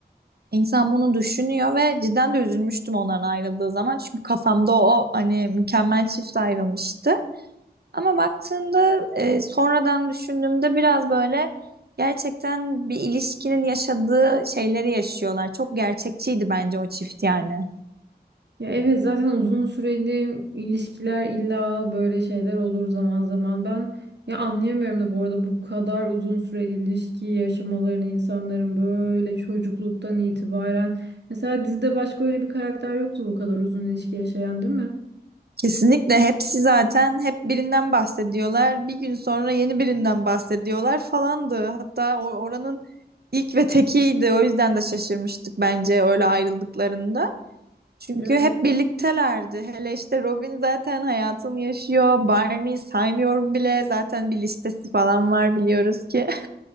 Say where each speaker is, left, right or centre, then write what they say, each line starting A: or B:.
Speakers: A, on the right (about 65°); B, on the right (about 90°).
A: insan bunu düşünüyor ve cidden de üzülmüştüm onların ayrıldığı zaman. Çünkü kafamda o hani mükemmel çift ayrılmıştı. Ama baktığında e, sonradan düşündüğümde biraz böyle gerçekten bir ilişkinin yaşadığı şeyleri yaşıyorlar. Çok gerçekçiydi bence o çift yani.
B: Ya evet zaten uzun süreli ilişkiler illa böyle şeyler olur zaman zaman. Ben ya anlayamıyorum da bu arada bu kadar uzun süreli ilişki yaşamalarını insanların böyle çocukluktan itibaren. Mesela dizide başka öyle bir karakter yoktu bu kadar uzun ilişki yaşayan değil mi?
A: Kesinlikle hepsi zaten hep birinden bahsediyorlar. Bir gün sonra yeni birinden bahsediyorlar falandı. Hatta o- oranın İlk ve tekiydi. O yüzden de şaşırmıştık bence öyle ayrıldıklarında. Çünkü
B: Evet.
A: hep birliktelerdi. Hele işte Robin zaten hayatını yaşıyor. Barney'i saymıyorum bile. Zaten bir listesi falan var biliyoruz ki.